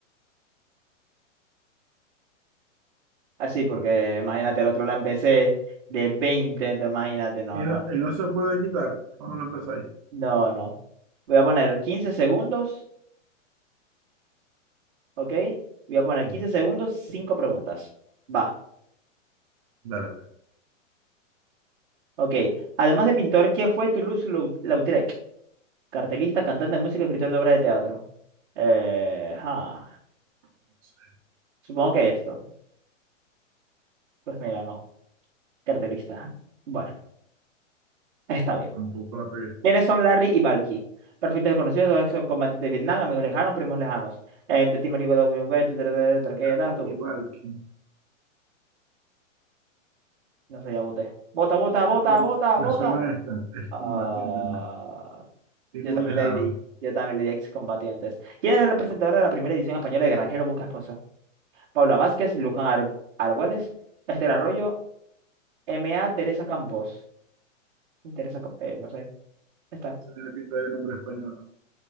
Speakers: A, on the right; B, on the right.
A: Así, porque imagínate, el otro la empecé de 20 entonces imagínate, no,
B: Y
A: no.
B: no, y no se puede quitar cuando lo empezáis.
A: No, no. Voy a poner 15 segundos, ¿ok? Voy a poner
B: Mm,
A: 15 segundos, 5 preguntas. Va,
B: Dale, pues.
A: ok. Además de pintor, ¿qué fue Toulouse-Lautrec? Cartelista, cantante de música, escritor de obras de teatro. Eh, ah,
B: No sé,
A: supongo que esto. Pues mira, no. Cartelista. Bueno, está bien.
B: Tampoco la pegué.
A: ¿Quiénes son Larry y Valky? Perfectos desconocidos, dos excombatientes de Vietnam, amigos lejanos, primos lejanos. Eh, de ti, marico, de William Gates, tú, tra, tra, tra, ¿qué
B: Nazi
A: das tú?
B: y Valky.
A: No sé, ya voté. Vota, vota, vota,
B: Es con-
A: vota,
B: me
A: vota.
B: suena esta. Es
A: Ah,
B: combatiente. ¿no? Simón
A: yo también
B: Lejano.
A: le di. Yo también le di excombatientes. ¿Quién es el representador de la primera edición española de Granjero Busca Esposo? Paula Vázquez, Luján Ar- Argüelles, Esther Arroyo, M A Teresa Campos. Teresa Campos, no sé. Está.
B: Eso tiene pinta de nombre español.